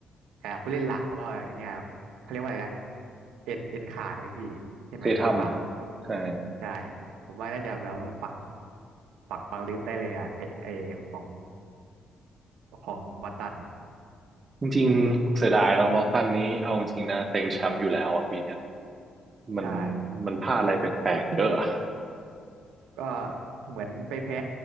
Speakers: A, on the right; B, on the right.
A: อ่ผู้เล่นหลักก็เนี่ยเขาเรียกว่าอะไรนะเอ็นเอ็นขาดไหมพี่ใช่ไหมทีททำ
B: เคยทำใช่
A: ใช่ผมว่าน่าจะแบบว่าฝังฝังฝังลืมได้เลยอ่ะไทไอของของบอสตัน
B: จริงๆเสียดายน้องบอสตันนี้เอาจริงๆนะเต็งแชมป์อยู่แล้วอะปีเนี้ยมัน
A: ใช่
B: มันพลาดอะไรแปลกๆเยอะอะ
A: ก็เหมือนไปแพ้